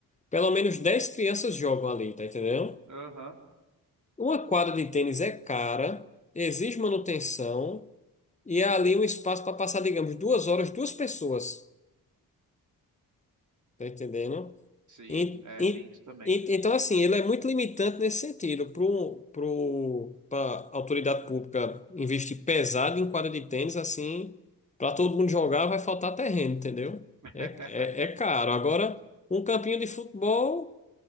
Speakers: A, on the left; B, on the right.
A: pelo menos 10 crianças jogam ali, tá entendendo?
B: Aham.
A: Uma quadra de tênis é cara, exige manutenção e é ali um espaço para passar, digamos, duas horas, duas pessoas, tá entendendo?
B: Sim,
A: En-
B: é,
A: en-
B: tem isso também.
A: en- Então, assim, ele é muito limitante nesse sentido. Pro, pro, para a autoridade pública investir pesado em quadra de tênis, assim, para todo mundo jogar, vai faltar terreno, entendeu?
B: <laughs>
A: É, é, é caro. Agora, um campinho de futebol,